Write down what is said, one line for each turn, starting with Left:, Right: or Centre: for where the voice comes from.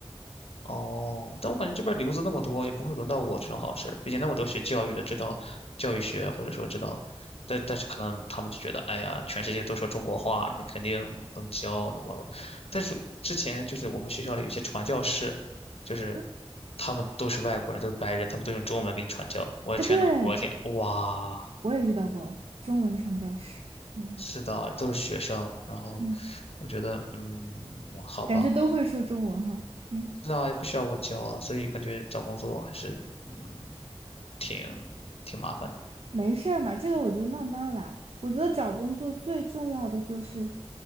Left: 哦，但我感觉这边留子那么多，也不会轮到我这种好事儿。毕竟那么多学教育的，知道教育学，或者说知道，但但是可能他们就觉得，哎呀，全世界都说中国话，你肯定能教什么。但是之前就是我们学校里有些传教士，就是
Right: 嗯，
Left: 他们都是外国人，都是白人，他们都用中文给你传教。我的天呐，
Right: 哎，对，
Left: 我的天，哇，
Right: 我也遇到过中文传教士，嗯
Left: 是的，都是学生。然后
Right: 嗯，
Left: 我觉得，嗯，好吧。
Right: 感觉都会说中文哈。嗯。
Left: 是啊，也不需要我教啊，所以感觉找工作还是嗯挺挺麻烦的。
Right: 没事儿嘛，这个我觉得慢慢来。我觉得找工作最重要的就是，